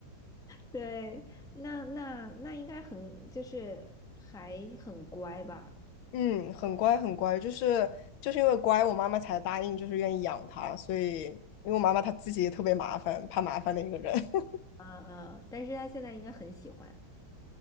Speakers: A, in the centre; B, on the left.
A: 对，那那那应该很就是还很乖吧？
B: 嗯，很乖很乖，就是就是因为乖，我妈妈才答应就是愿意养它，所以因为我妈妈她自己也特别麻烦，怕麻烦的一个人。<laughs>
A: 嗯嗯，但是他现在应该很喜欢。